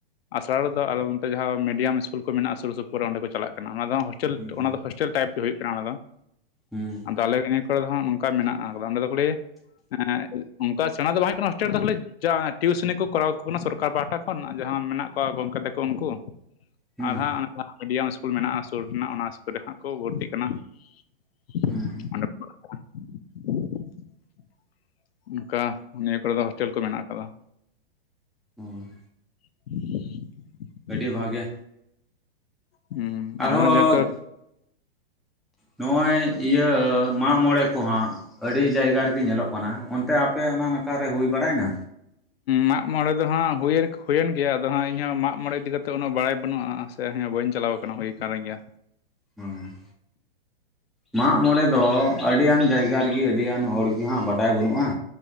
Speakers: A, on the left; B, in the centre.
A: ᱟᱥᱟᱲᱟ ᱨᱮᱫᱚ ᱟᱨᱚ ᱚᱱᱛᱮ ᱡᱟᱦᱟᱸ ᱢᱤᱰᱤᱭᱟᱢ ᱤᱥᱠᱩᱞ ᱠᱚ ᱢᱮᱱᱟᱜᱼᱟ᱾ ᱥᱩᱨ ᱥᱩᱯᱩᱨ ᱨᱮ ᱚᱸᱰᱮ ᱠᱚ ᱪᱟᱞᱟ-ᱜ ᱠᱟᱱᱟ᱾ ᱚᱱᱟ ᱫᱚ ᱦᱳᱥᱴᱮᱸᱞ
B: ᱦᱩᱸ
A: ᱚᱱᱟ ᱫᱚ ᱦᱳᱥᱴᱮᱸᱞ ᱴᱟᱭᱤᱯ ᱜᱮ ᱦᱳᱭᱳᱜ ᱠᱟᱱᱟ ᱾ᱚᱱᱟ ᱫᱚ
B: <unintelligible>
A: <unintelligible> ᱱᱤᱭᱟᱹ ᱠᱚᱨᱮ ᱫᱚ ᱦᱟᱸᱜ ᱱᱚᱝᱠᱟ ᱢᱮᱱᱟᱜᱼᱟ, <unintelligible> ᱦᱮᱸ ᱚᱱᱠᱟ ᱥᱮᱬᱟᱸ ᱫᱚ ᱵᱟᱝ ᱦᱳᱭᱳᱜ ᱠᱟᱱᱟ᱾ ᱦᱳᱥᱴᱮᱞ ᱨᱮ ᱫᱚ ᱠᱷᱟᱹᱞᱤ ᱡᱟ ᱴᱤᱭᱩᱥᱚᱱᱤ ᱠᱚ ᱠᱚᱨᱟᱣ ᱠᱩ ᱠᱟᱱᱟ᱾ ᱥᱚᱨᱠᱟᱨ ᱯᱟᱦᱟᱴᱟ ᱠᱷᱟᱱ ᱡᱟᱸᱦᱟ ᱢᱮᱱᱟᱜ ᱠᱚᱣᱟ ᱾ ᱜᱚᱝᱠᱮ ᱛᱟᱠᱚ ᱩᱱᱠᱩ
B: ᱦᱩᱸ
A: ᱟᱨ
B: ᱦᱩᱸ
A: ᱦᱟᱸᱜ <unintelligible> ᱢᱤᱰᱤᱭᱟᱢ ᱤᱥᱠᱩᱞ ᱢᱮᱱᱟᱜᱼᱟ᱾ ᱥᱳᱨ ᱨᱮᱱᱟᱜ ᱚᱱᱟ ᱤᱥᱠᱩᱞ ᱨᱮ ᱦᱟᱸᱜ ᱠᱚ ᱵᱷᱚᱨᱛᱤ-ᱜ ᱠᱟᱱᱟ᱾ <unintelligible>
B: ᱦᱩᱸ
A: ᱚᱱᱠᱟ ᱱᱤᱭᱟ ᱠᱳᱨᱮ ᱫᱚ ᱦᱳᱥᱴᱮᱞ ᱠᱚ ᱢᱮᱱᱟᱜ ᱟᱠᱟᱫᱟ᱾
B: ᱦᱮᱸ
A: <inaudible>
B: ᱟᱹᱰᱤ ᱵᱷᱟᱜᱮ
A: ᱦᱩᱸ
B: ᱟᱨᱦᱚᱸ
A: ᱚᱰᱮ ᱦᱚᱸ ᱡᱮᱦᱛᱚ
B: ᱱᱚᱜᱼᱚᱭ ᱤᱭᱟᱹ ᱢᱟᱜ ᱢᱚᱬᱮᱸ ᱠᱚ ᱦᱟᱸᱜ ᱟᱹᱰᱤ ᱡᱟᱭ ᱜᱟ᱾ ᱨᱮ ᱜᱮ ᱧᱮᱞᱚᱜ ᱠᱟᱱᱟ᱾ ᱚᱱ ᱛᱮ ᱯᱮ ᱚᱱᱟ ᱱᱟᱠᱷᱟ ᱨᱮ ᱦᱩᱭ ᱵᱟᱲᱟᱭ ᱱᱟ᱾
A: ᱢᱟᱜ ᱢᱚᱲᱮᱸ ᱫᱚ ᱦᱟᱸᱜ ᱦᱩᱭ ᱮᱱ ᱜᱮᱭᱟ᱾ ᱟᱫᱚ ᱦᱟᱸᱜ ᱤᱧ ᱦᱚᱸ ᱢᱟᱜᱽ ᱢᱚᱬᱮᱸ ᱤᱫᱤ ᱠᱟᱛᱮᱜ ᱩᱱᱟᱹᱜ ᱵᱟᱲᱟᱭ ᱵᱟᱹᱱᱩᱜᱼᱟ᱾ ᱥᱮ ᱦᱮᱸ ᱵᱟᱹᱧ ᱪᱟᱞᱟ-ᱣ ᱟᱠᱟᱱᱟ ᱦᱩᱭ ᱟᱠᱟᱱ ᱜᱮᱭᱟ᱾
B: ᱦᱩᱸ ᱢᱟᱜ ᱢᱚᱬᱮᱸ ᱫᱚ ᱟᱹᱰᱤ ᱜᱟᱱ ᱡᱟᱭ ᱜᱟ ᱨᱮ ᱜᱮ ᱟᱹᱰᱤ ᱜᱟᱱ ᱦᱚᱲ ᱜᱮ ᱦᱟᱸᱜ ᱵᱟᱰᱟᱭ ᱵᱟᱹᱱᱩᱜᱼᱟ᱾